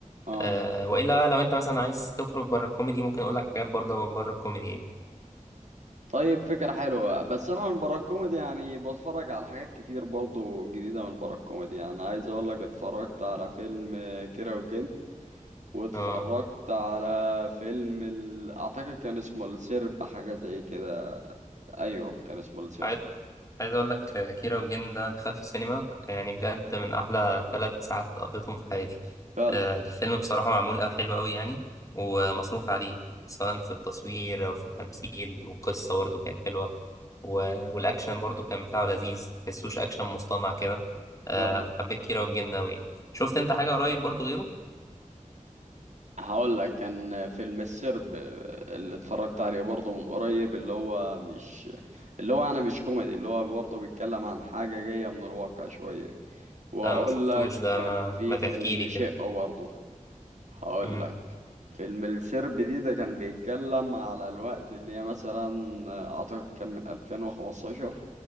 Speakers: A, on the right; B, on the left.
A: اه
B: آه والا بقى لو انت مثلا عايز تخرج بره الكوميدي ممكن اقول لك حاجات برضه بره الكوميدي يعني
A: طيب فكرة حلوة بس أنا من برا الكوميدي يعني بتفرج على حاجات كتير برضو جديدة من برا الكوميدي يعني عايز أقول لك اتفرجت على فيلم آه، كيرة والجن واتفرجت
B: اه
A: على فيلم ال... أعتقد كان اسمه السرب حاجة زي كده أيوه كان اسمه السرب
B: عايز عايز اقول لك آه، كيرة والجن ده دخلت السينما يعني بجد من احلى ثلاث ساعات قضيتهم في حياتي
A: فعلا
B: آه الفيلم بصراحه معمول أوي- حلو قوي يعني ومصروف عليه سواء في التصوير او في التمثيل والقصه برضه كانت حلوه و- والاكشن برضه كان بتاعه لذيذ تحسوش اكشن مصطنع كده آه
A: فعلا
B: حبيت كيرة والجن قوي شفت انت حاجه قريب برضه غيره
A: هقول لك كان فيلم السرب آه، اللي اتفرجت عليه برضه من قريب اللي هو مش اللي هو أنا مش كوميدي اللي هو برضه بيتكلم عن حاجة جاية من الواقع شوية واقول
B: لا ما شفتوش
A: لك
B: ده
A: كان
B: ما
A: في
B: ما تحكي
A: فيلم
B: لي
A: شقه
B: كده
A: برضه هقول
B: مم.
A: لك فيلم السرب دي ده كان بيتكلم على الوقت اللي هي مثلا اعتقد كان من 2015